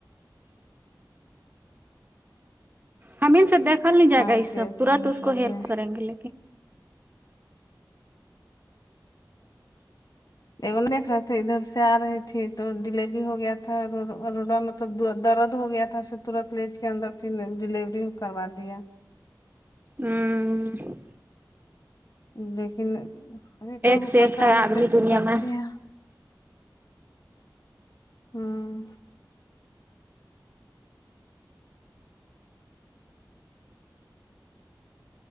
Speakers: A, on the right; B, on the left.
A: ہم ان سے دیکھا نہیں جائے
B: کھائے
A: گا یہ
B: پیے
A: سب تورنت
B: نکل
A: اس کو ہیلپ
B: گئے
A: کریں گے
B: ا نہیں دیکھ رہے تھے ادھر سے ا رہی تھی تو ڈیلیوری ہو گیا تھا ا <unintelligible> سب درد ہو گیا تھا اسے ترنت لج کے اندر پھر ڈیلیوری کروا دیا
A: ہوں
B: لیکن ایک ا کو
A: سے
B: پہ
A: ایک ہے
B: نہیں
A: آدمی
B: کیشن
A: دنیا
B: رہتی
A: میں
B: ہیں ہوں